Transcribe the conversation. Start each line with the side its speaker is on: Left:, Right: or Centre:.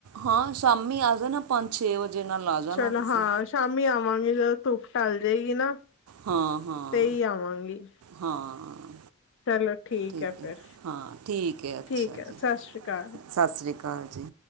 Right: ਹਾਂ ਸ਼ਾਮੀ ਆ ਜਾਣਾ, ਪੰਜ ਛੇ ਵਜੇ ਨਾਲ ਆ ਜਾਣਾ
Left: ਚਲੋ
Right: ਤੁਸੀਂ
Left: ਹਾਂ ਸ਼ਾਮੀ ਆਵਾਂਗੀ, ਜਦੋਂ ਧੁੱਪ ਟਲ ਜੇਗੀ ਨਾ
Right: ਹਾਂ-ਹਾਂ,
Left: ਤੇ ਹੀ ਆਵਾਂਗੀ।
Right: ਹਾਂ।
Left: ਚਲੋ
Right: ਠੀਕ
Left: ਹੈ ਫਿਰ
Right: ਐ, ਹਾਂ ਠੀਕ ਐ ਅੱਛਾ
Left: ਠੀਕ ਹੈ
Right: ਜੀ।
Left: ਸਤਿ ਸ੍ਰੀ ਅਕਾਲ।
Right: ਸਤਿ ਸ਼੍ਰੀ ਅਕਾਲ ਜੀ।